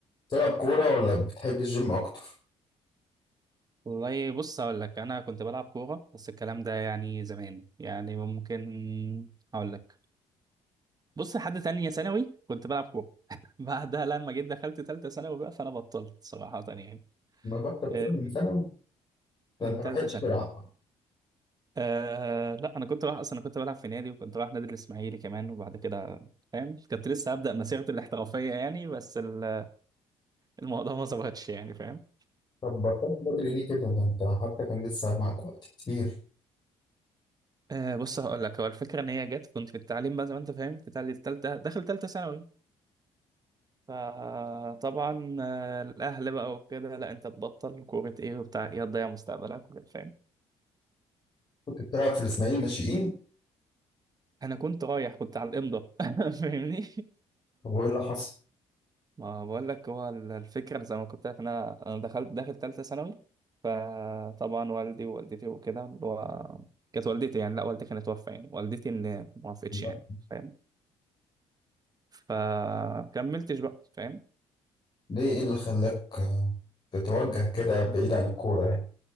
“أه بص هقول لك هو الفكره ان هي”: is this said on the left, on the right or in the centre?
Right